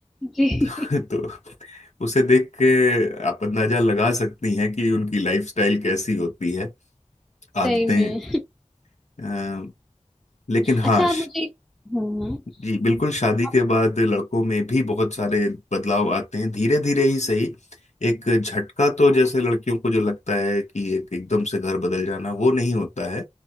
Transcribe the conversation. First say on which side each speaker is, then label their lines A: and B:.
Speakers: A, in the centre; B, on the left.
A: जी
B: <laughs> तो उसे देख के आप अंदाजा लगा सकती हैं कि उनकी लाइफस्टाइल कैसी होती है
A: <laughs> सही
B: आदतें
A: में
B: अ, लेकिन हाँ
A: अच्छा आप मुझे हाँ हाँ
B: जी बिल्कुल शादी
A: आप-
B: के बाद लड़कों में भी बहुत सारे बदलाव आते हैं धीरे धीरे ही सही एक झटका तो जैसे लड़कियों को जो लगता है कि एक एकदम से घर बदल जाना वो नहीं होता है